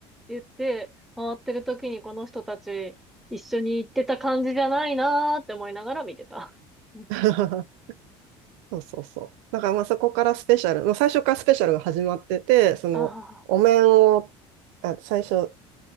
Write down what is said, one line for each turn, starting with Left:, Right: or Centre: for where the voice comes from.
Centre: 言って回ってる時にこの人たち一緒に行ってた感じじゃないなーって思いながら見てた。<laughs> うん
Right: <laughs> そうそうそう。だからまあそこからスペシャル、もう最初からスペシャルが始まってて、そのお面を、
Centre: ああ、
Right: あ、最初